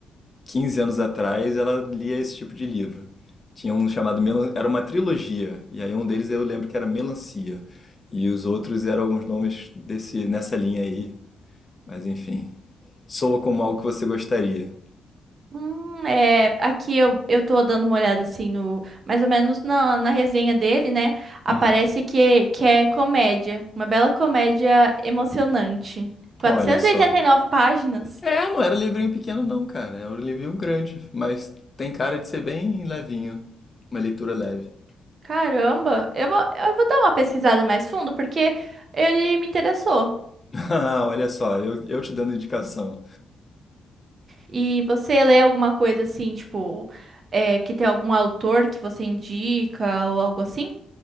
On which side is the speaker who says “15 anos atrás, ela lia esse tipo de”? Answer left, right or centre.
Left